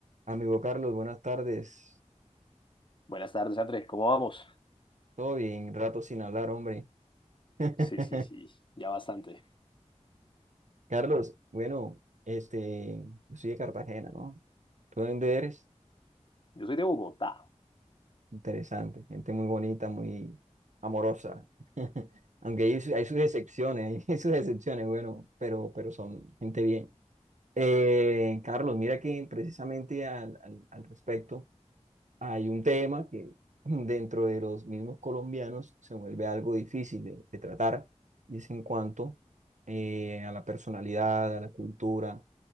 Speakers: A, on the right (about 80°); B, on the left (about 40°).
A: Amigo Carlos, buenas tardes.
B: Buenas tardes, André. ¿Cómo vamos?
A: Todo bien, rato sin hablar, hombre. <laughs>
B: Sí, sí, sí, ya bastante.
A: Carlos, bueno, este, yo soy de Cartagena, ¿no? ¿Tú de dónde eres?
B: Yo soy de Bogotá.
A: Interesante, gente muy bonita, muy amorosa. <laughs> Aunque hay, su- hay sus excepciones, <laughs> hay sus excepciones, bueno, pero, pero son gente bien. Eh, Carlos, mira que precisamente al, al al respecto. hay un tema que <laughs> dentro de los mismos colombianos se vuelve algo difícil de, de tratar, y es en cuanto eh, a la personalidad, a la cultura